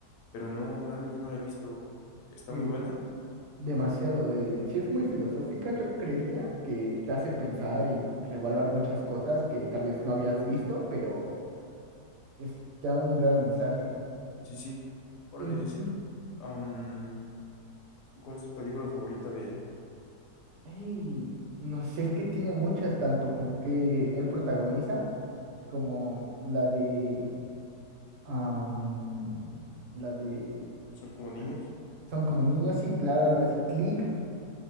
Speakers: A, on the left; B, on the right.
A: pero no, realmente no la he visto. ¿Está
B: es
A: muy buena?
B: demasiado. eh, sí es muy filosófica, yo creería que te hace pensar y reevaluar muchas cosas que tal vez no habías visto, pero es- te da un gran mensaje.
A: Sí, sí. Órale,
B: Inclu-
A: es. am, ¿y cuál es tu película favorita de él?
B: ey, no sé, es que tiene muchas, tanto como que él protagoniza, como la de... am, la de...
A: ¿Son como niños?
B: ah, Son como niños, sí, claro, algo así, Click,